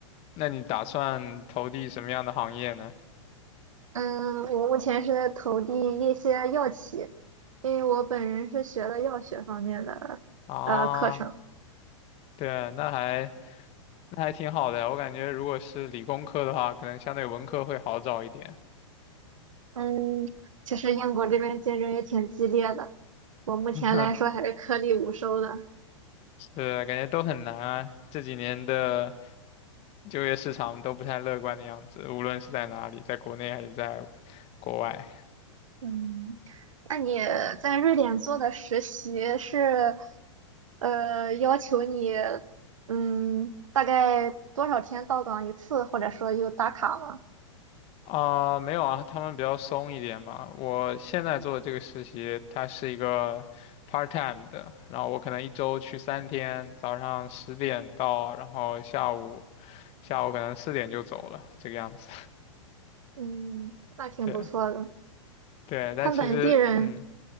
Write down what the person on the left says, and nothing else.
那你打算投递什么样的行业呢？
啊，对，那还那还挺好的，我感觉如果是理工科的话，可能相对文科会好找一点。
<laughs> 是，感觉都很难啊，这几年的。就业市场都不太乐观的样子，无论是在哪里，在国内还是在国外。
啊、没有啊，他们比较松一点嘛。我现在做的这个实习，它是一个 part time 的，然后我可能一周去三天，早上十点到，然后下午下午可能四点就走了，这个样子。
<laughs>
对对，但其实嗯，